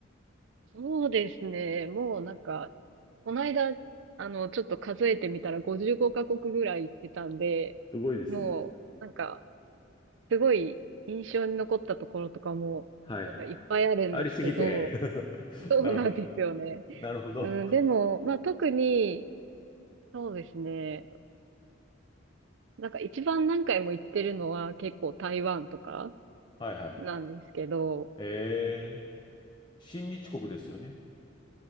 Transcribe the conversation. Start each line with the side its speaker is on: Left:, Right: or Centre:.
Right: そうですね。もうなんか、この間、あの、ちょっと数えてみたら55カ国ぐらい行ってたんで、
Left: すごいですね。
Right: もう、なんか、すごい印象に残ったところとかも、
Left: はい。
Right: なんかいっぱいあるんですけど、
Left: ありすぎて。<laughs>
Right: そうなんですよね。
Left: なるほど。なるほど。
Right: うん、でも、まあ特に、そうですね。なんか一番何回も行ってるのは結構台湾とか
Left: はいはい。
Right: なんですけど、
Left: えー、親日国ですよね。